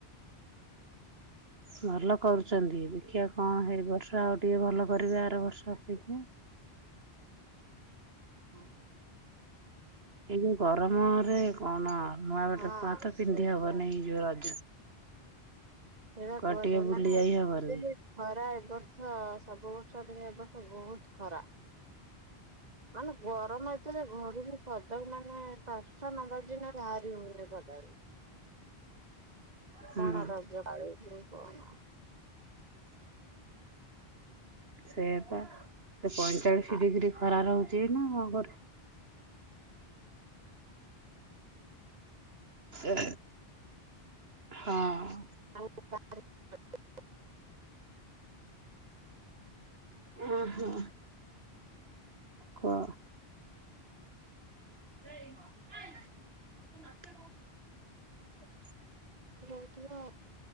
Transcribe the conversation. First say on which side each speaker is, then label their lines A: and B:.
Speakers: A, on the right; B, on the right.
A: ଭଲ କରୁଛନ୍ତି ଦେଖିବା କଣ ହେଇ ବର୍ଷ ଆଉ ଟିକେ ଭଲ କରିବେ ଆର ବର୍ଷ ଅପେକ୍ଷା। <inaudible>
B: ହଁ।
A: ଏଇ ଯୋଉ ଗରମରେ କଣ ନୂଆ ବଟ
B: ହଁ
A: ଖୁଆଁ ତ
B: ସେଇଟା
A: ପିନ୍ଧି ହବନି ଏଇ ଯୋଉ ରଜ
B: ସେଇଟ
A: କୁଆଡେ ଟିକେ
B: କ
A: ବୁଲି
B: ମାନେ
A: ଯାଇ
B: ଏତେ
A: ହବନି
B: ଖରା ଏବ ବର୍ଷ ସବୁ ବର୍ଷ ଏ ବର୍ଷ ବହୁତ ଖରା। ମାନେ ଗରମ ଏତେରେ ଘରୁ ବି ପଦାକୁ ମାନେ ପାଞ୍ଚଟା ନବ ଦିନ ବାହାରି ହଉନି। ପଦାକୁ।
A: ହୁଁ
B: କଣ ରଜ ପାଲୁଚୁ କଣ?
A: ସେଆପା। ସେ ପଇଁଚାଳିଶ
B: ଆ
A: ଡିଗ୍ରୀ ଖରା ରହୁଛି ନା ଘରେ ଏ ହଁ।
B: <unintelligible>
A: ଓହୋ। କ <inaudible>
B: ରହୁଥିବ